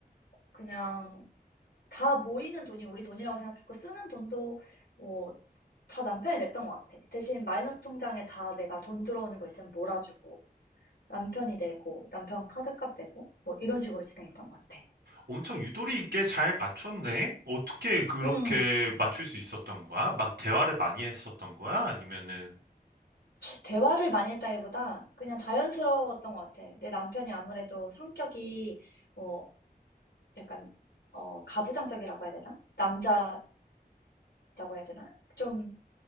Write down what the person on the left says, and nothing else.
그냥 다 모이는 돈이 우리 돈이라고 생각했고 쓰는 돈도 뭐 다 남편이 냈던 것 같아. 대신 마이너스 통장에 다 내가 돈 들어오는 거 있으면 몰아주고 남편이 내고 남편 카드값 내고 뭐 이런 식으로 진행했던 것 같아.
음.
대화를 많이 했다기보다 그냥 자연스러웠던 것 같아. 내 남편이 아무래도 성격이 어 약간 어 가부장적이라고 해야 되나? 남자답다고 해야 되나? 좀